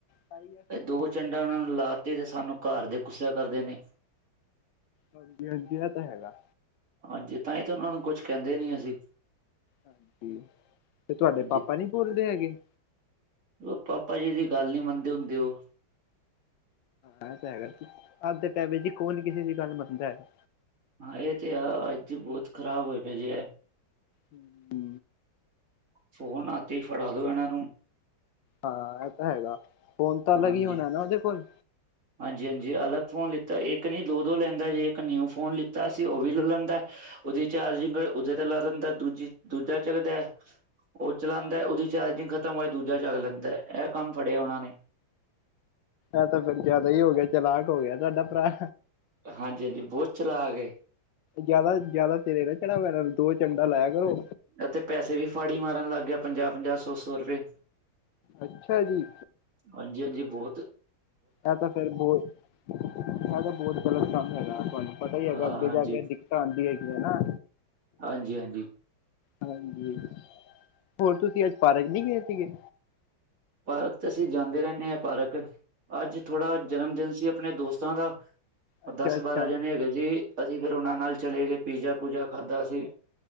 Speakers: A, on the left; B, on the right.
A: ਤਾਈ ਏ ਸਿਧੇ
B: ਦੋ
A: ਹੋਣਗੇ
B: ਚੰਡਾ ਉਹਨਾਂ ਨੂੰ ਲਾ ਤੇ ਸਾਨੂੰ ਘਰ ਦੇ ਗੁੱਸਾ ਕਰਦੇ ਨੇ
A: ਹਾਂਜੀ, ਹਾਂਜੀ ਏ ਤੇ ਹੈਗਾ
B: ਹਾਂਜੀ ਤਾਂ ਈ ਤੇ ਉਨਾ ਨੂੰ ਕੁਛ ਕੇਂਦੇ ਨੀ ਅਸੀਂ
A: ਹਾਂਜੀ ਤੇ ਤੁਆਡੇ
B: ਹਾਂਜੀ
A: ਪਾਪਾ ਨੀ ਬੋਲਦੇ ਹੈਗੇ
B: ਲੋ ਪਾਪਾ ਜੀ ਦੀ ਗੱਲ ਨੀ ਮੰਨਦੇ ਹੁੰਦੇ ਉ
A: ਹਾਂ ਏ ਤੇ ਹੈਗਾ, ਅੱਜ ਦੇ ਟਾਈਮ ਵਿੱਚ ਜੀ ਕੌਨ ਕਿਸੇ ਦੀ ਗੱਲ ਮੰਨਦਾ ਹੈਗਾ?
B: ਹਾਂ ਏ ਤੇ ਆ ਅੱਜ ਬੋਤ ਖ਼ਰਾਬ ਹੋਏ ਪਏ ਜੇ ਏ।
A: ਹੂੰ
B: ਫੋਨ ਹੱਥ ਇਚ ਫੜਾ ਦੋ ਇਨਾਂ ਨੂੰ
A: ਹਾਂ ਏ ਤਾਂ ਹੈਗਾ ਫੋਨ ਤਾਂ
B: ਹਾਂਜੀ
A: ਅਲੱਗ ਹੀ ਹੋਣਾ ਨਾ ਉਦੇ ਕੋਲ।
B: ਹਾਂਜੀ-ਹਾਂਜੀ ਅਲੱਗ ਫ਼ੋਨ ਲਿੱਤਾ ਇੱਕ ਨੀ ਦੋ-ਦੋ ਲੈਂਦਾ ਜੇ ਇੱਕ ਨਿਊ ਫੋਨ ਲਿੱਤਾ ਸੀ ਉ ਵੀ ਲੈ ਲੈਂਦਾ। ਉਦੀ ਚਾਰਜਿੰਗ ਉਦੇ ਤੇ ਲਾ ਦਿੰਦਾ ਦੂਜੀ ਦੂਜਾ ਚੱਕਦਾ ਉ ਚਾਲਾਂਦਾ ਉਦੀ ਚਾਰਜਿੰਗ ਖ਼ਤਮ ਹੋਏ ਦੂਜਾ ਚੱਕ ਲੈਂਦਾ ਐ ਕੰਮ ਫੜਿਆ ਉਨਾਂ ਨੇ।
A: ਏ ਤਾਂ ਫੇਰ ਜ਼ਾਦਾ ਈ ਹੋ ਗਿਆ ਚਲਾਕ ਹੋ ਗਿਆ ਤੁਆਡਾ ਪਰਾ।
B: ਹਾਂਜੀ-ਹਾਂਜੀ ਬੋਤ ਚਲਾਕ ਏ।
A: ਜ਼ਾਦਾ-ਜ਼ਾਦਾ ਸਿਰੇ ਨਾ ਚੜਾਔ ਏਨਾਂ ਨੂੰ ਦੋ ਚੰਡਾ ਲਾਇਆ ਕਰੋ।
B: ਏ ਤੇ ਪੈਸੇ ਵੀ ਫਾੜੀ ਮਾਰਨ ਲੱਗ ਗਯਾ ਪੰਜਾ-ਪੰਜਾ, ਸੋਂ-ਸੋਂ ਰੁਪਏ।
A: ਅੱਛਾ ਜੀ।
B: ਹਾਂਜੀ-ਹਾਂਜੀ ਬੋਤ।
A: ਏ ਤਾਂ ਫੇਰ ਬੋਤ ਏ ਤੇ ਬੋਤ ਗ਼ਲਤ ਕੰਮ ਹੈਗਾ ਤੁਆਨੂੰ ਪਤਾ ਈ ਹੈਗਾ
B: ਹਾਂ
A: ਅੱਗੇ
B: ਹਾਂਜੀ
A: ਜਾ ਕੇ ਦਿੱਕਤਾਂ ਆਂਦੀਆਂ ਹੈਗੀ ਏ ਨਾ।
B: ਹਾਂਜੀ-ਹਾਂਜੀ।
A: ਹਾਂਜੀ, ਹੋਰ ਤੁਸੀਂ ਅੱਜ ਪਾਰਕ ਨੀ ਗਏ ਸੀਗੇ?
B: ਪਾਰਕ ਤੇ ਅਸੀਂ ਜਾਂਦੇ ਰੇਨੇ ਆ ਪਾਰਕ, ਅੱਜ ਥੋੜ੍ਹਾ
A: ਅੱਛਾ
B: ਜਨਮ ਦਿਨ ਸੀ ਅਪਨੇ ਦੋਸਤਾ ਦਾ।
A: ਅੱਛਾ
B: ਦਸ
A: ਅੱਛਾ
B: ਬਾਰਾਂ ਜਨੇ ਹੈਗੇ ਸੀ ਅਸੀਂ ਫੇਰ ਉਨਾਂ
A: ਹਾਂਜੀ
B: ਨਾਲ ਚਲੇ ਗਏ ਪੀਜ਼ਾ ਪੂਜਾ ਖਾਧਾ ਅਸੀ।